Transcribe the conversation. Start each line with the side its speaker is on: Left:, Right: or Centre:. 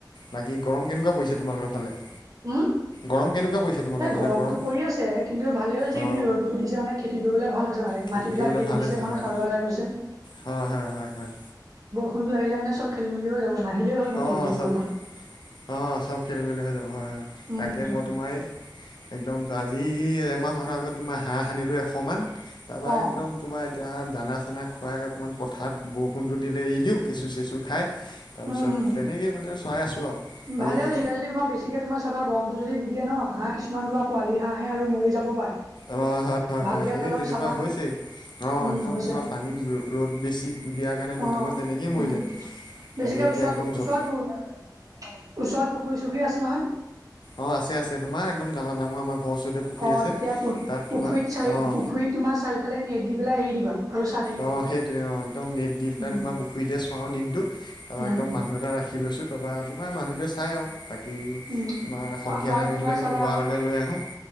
Left: বাকী গৰম কেনেকুৱা পৰিছে? তোমালোকৰ ফালে?
Right: হা
Left: গৰম কেনেকুৱা পৰিছে তোমালোকৰ
Right: এ
Left: ফালে
Right: গৰমতটো
Left: গৰম
Right: পৰি আছে কিন্তু ভালে হৈছে।
Left: অ
Right: এদিন ৰ'দতটো দিছে মানে খেতি কৰিবলে ভাল হৈছে।
Left: খেতি
Right: মাটি বিলাক
Left: কৰিবলৈ
Right: গেলি
Left: ভাল হৈছে হয়
Right: খাৰুৱা টাইপ।
Left: হয় হয় হয় হয়
Right: ফোনটো আহিলোনে চব খেল মেলি হৈ যাব। নাহিলেই হ'ল মানে
Left: অ'
Right: এইকেইদিন
Left: চব
Right: বৰষুণ
Left: অ' চব খেলি মেলি হৈ যাব হয় হয়।
Right: উম
Left: তাকে
Right: উম
Left: মই তোমাৰ একদম আজি এমাহ মানৰ আগত তোমাৰ হাঁহ সানিলো এশ মান তাৰাপা
Right: অ
Left: একদম তোমাৰ। এতিয়া দানা চানা খুৱাই অকণমান পথাৰত বৰষুণটো দিলে। এ দিওঁ কেঁচু চঁচু খাই তাৰপিছত
Right: উম উম
Left: তেনেকেই মানে চাই আছোঁ আৰু বাকী
Right: ভালে
Left: তুম
Right: হৈছে এতিয়া যদি তোমাৰ বেছিকে। তোমাৰ চাবা গৰমটো যদি দি দিয়ে ন হাঁহ। কিছুমান তোমাৰ পোৱালি হাঁহে আৰু মৰি যাব পাৰে।
Left: অ' হয় হয়
Right: ভালকে
Left: হয় সেই
Right: অলপ
Left: তেনেকুৱা
Right: চাবা
Left: হৈছেই অ'
Right: উম
Left: একদম
Right: হৈছে
Left: তোমাৰ পানী ৰ'দ বেছি। দিয়াৰ কাৰণে দুটামান
Right: অ'
Left: তেনেকেই মৰিলে
Right: উম বেছিকে
Left: তাকে এতিয়া
Right: ওচৰত
Left: একদম যত
Right: ওচৰত বহুত। ওচৰত পুখুৰী চুখুৰী আছে নহয়।
Left: অঁ আছে আছে তোমাৰ একদম ডাঙৰ ডাঙৰ আমাৰ ঘৰৰ ওচৰতে পুখুৰী
Right: অ'
Left: আছে
Right: তেতিয়া পু
Left: তাত তোমাৰ
Right: পুখুৰীত চাৰি
Left: অঁ
Right: পুখুৰীত তোমাৰ চাৰিওফালে নেট দি পেলাই এৰি দিবা। আৰু চাই থাকিবা।
Left: অ' সেইটোৱে অ একদম নেট দিাই
Right: উম
Left: তোমাৰ পুখুৰীতে চুৱওঁ দিনটো তাৰপা
Right: উম।
Left: একদম মানুহ এটা ৰাখি। লৈছো তপ তোৰ মানুহোৱে। চাই আৰু বাকী
Right: উম
Left: তোমাৰ সন্ধিয়া
Right: আৰু
Left: টাইম
Right: তোমাৰ
Left: হ'লে একদম
Right: চাবা
Left: গোৱললৈ লৈ আহোঁ।